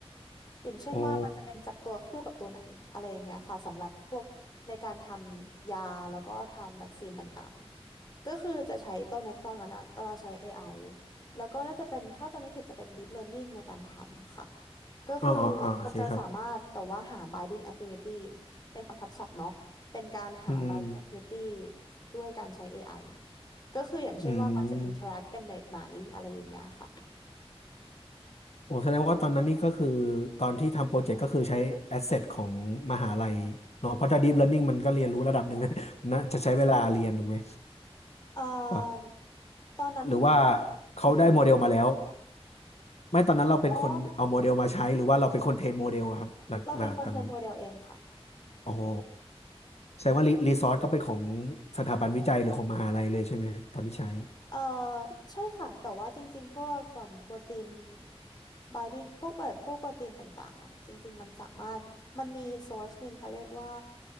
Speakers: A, on the left (about 40°); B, on the left (about 85°).
A: อย่างเช่นว่ามันจะเป็นจับตัวคู่กับตัวไหนอะไรอย่างเงี้ยค่ะสำหรับพวกในการทำยาแล้วก็ทำวัคซีนต่างๆก็คือจะใช้ตอนนี้ตอนนั้นอะตอนนั้นใช้เอไอ
B: โอ้
A: แล้วก็น่าจะเป็นถ้าจะไม่ผิดจะเป็น Deep Learning ในการทำค่ะก็คือ
B: อ๋ออ๋ออ๋อโอเคครับ
A: มันจะสามารถแบบว่าหา binding affinity เป็นคำทับศัพท์เนาะเป็นการหา
B: อืม
A: binding affinity ด้วยการใช้เอไอก็คืออย่างเช่นว่ามันจะ
B: อืม
A: interact กันแบบไหนอะไรอย่างเงี้ยค่ะ
B: โอ้แสดงว่าตอนนั้นนี่ก็คือตอนที่ทำโปรเจกต์ก็คือใช้แอสเซทของมหาลัยเนาะเพราะถ้า deep learning มันก็เรียนรู้ระดับหนึ่ง <laughs> นะนะจะใช้เวลาเรียนถูกไหม
A: เอ่อ
B: วะ
A: ตอนนั้น
B: หรือว่าเขาได้โมเดลมาแล้ว
A: ยังไง
B: ไม่ตอนนั้นเราเป็นคนเอาโมเดลมาใช้หรือว่าเราเป็นคนเทรนโมเดลอะครับหลักหลักตอนนั้น
A: อ๋อเราเป็นคนเทรนโมเดลเองค่ะ
B: โอ้โหแสดงว่ารีซอสก็เป็นของสถาบันวิจัยหรือของมหาลัยเลยใช่ไหมตอนที่ใช้
A: เอ่อใช่ค่ะแต่ว่าจริงๆพวกแบบโปรตีนบายดิ้งพวกแบบพวกโปรตีนต่างๆอ่ะจริงๆมันสามารถมันมี source หนึ่งเขาเรียกว่า